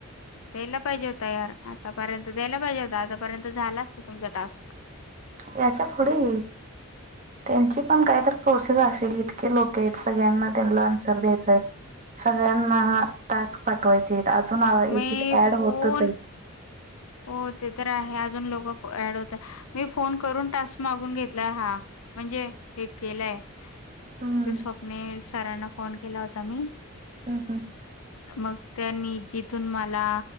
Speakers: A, on the left; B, on the right.
A: द्यायला पाहिजे होतं यार आतापर्यंत द्यायला पाहिजे होत आतापर्यंत झालाच तुमचा टास्क
B: याच्या पुढे त्यांची पण काहीतर प्रोर्सेस असेल, इतके लोक आहेत सगळ्यांना त्यांना आन्सर द्यायचाय. सगळ्यांना हा टास्क वायचेत. अजून एक
A: मी
B: एक ऍड होतच
A: फोन
B: आहेत.
A: हो ते तर आहे, अजून लोक ऍड होत मी फोन करून टास्क मागून घेतलाय हा. म्हणजे हे केलंय
B: हम्म
A: ते स्वप्नील सरांना फोन केला होता मी
B: हम्म हम्म
A: मग त्यांनी जिथून मला